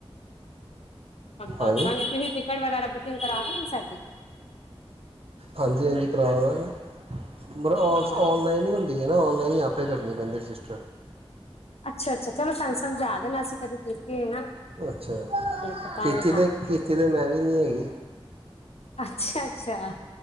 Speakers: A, on the left; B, on the right.
A: ਦੱਸ
B: ਹਾਂਜੀ
A: ਦਾਂਗੇ ਤੁਸੀਂ ਟਿਕਟ ਵਗੈਰਾ ਬੁਕਿੰਗ ਕਰਾ ਦੋ ਗੇ ਸਾਡੀ?
B: ਹਾਂਜੀ ਹਾਂਜੀ ਕਰਾ ਦਾ ਗੇ। ਮਤਬ
A: ਹਾਂ
B: ਔਨਲਾਈਨ ਹੀ ਹੁੰਦੀ ਹੈ। ਔਨਲਾਈਨ ਆਪੇ ਕਰਨੀ ਪੈਂਦੀ ਐ ਸਿਸਟਮ
A: ਅੱਛਾ-ਅੱਛਾ ਚਲੋ ਸਾਨੂੰ ਸਮਝਾ ਦੇਣਾ ਅਸੀਂ ਕਦੀ। ਕੀਤੀ ਨਾ ਤਾਨੂੰ
B: ਅੱਛਾ
A: ਪਤਾ
B: ਕੀਤੀ
A: ਨੀ ਹਾਂਜੀ
B: ਤੇ ਕੀਤੀ ਤੇ ਮੈਂ ਵੀ ਨਹੀਂ ਹੈਗੀ
A: ਅੱਛਾ-ਅੱਛਾ